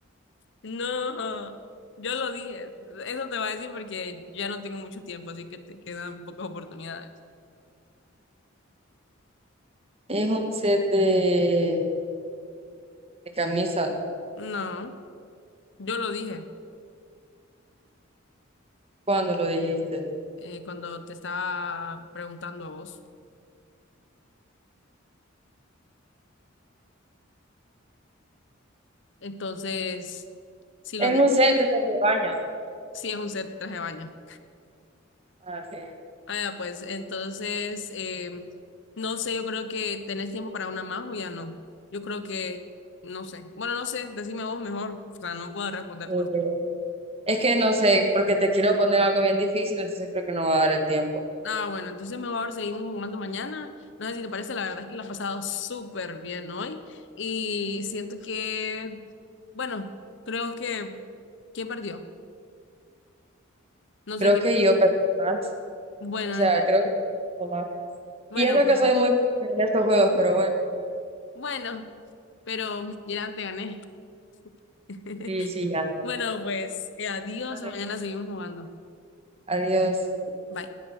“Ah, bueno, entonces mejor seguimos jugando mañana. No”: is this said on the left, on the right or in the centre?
Left